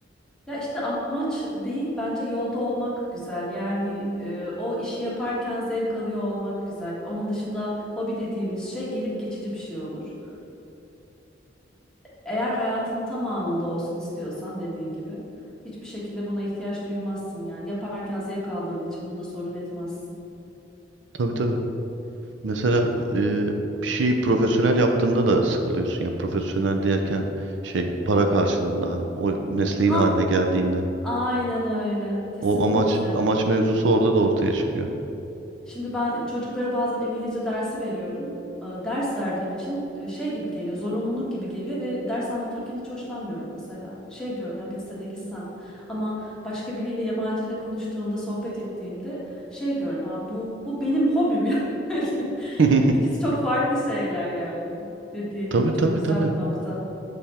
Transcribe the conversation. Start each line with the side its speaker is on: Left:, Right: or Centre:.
Centre: Ya işte amaç değil bence yolda olmak güzel. Yani e, o işi yaparken zevk alıyor olmak güzel. Onun dışında hobi dediğimiz şey gelip geçici bir şey olur. Eğer hayatının tamamında olsun istiyorsan dediğin gibi hiçbir şekilde buna ihtiyaç duymazsın yani. Yaparken zevk aldığın için bunda sorun etmezsin.
Right: Tabii tabii. Mesela e, bir şeyi profesyonel yaptığında da sıkılıyorsun. Yani profesyonel derken şey para karşılığında hani o mesleğin
Centre: Hah,
Right: haline geldiğinde.
Centre: aynen öyle. Kesinlikle.
Right: O amaç amaç mevzusu orada da ortaya çıkıyor.
Centre: Şimdi ben çocuklara bazen İngilizce dersi veriyorum. Ee, Ders verdiğim için e, şey gibi geliyor, zorunluluk gibi geliyor ve ders anlatırken hiç hoşlanmıyorum mesela. Şey diyorum ya bitse de gitsem ama başka biriyle yabancı ile konuştuğumda, sohbet ettiğimde şey diyorum ha bu bu benim hobim <laughs> yani.
Right: <laughs>
Centre: İkisi çok farklı şeyler yani. Dediğin
Right: Tabii
Centre: gibi çok
Right: tabii
Centre: güzel
Right: tabii.
Centre: bir nokta.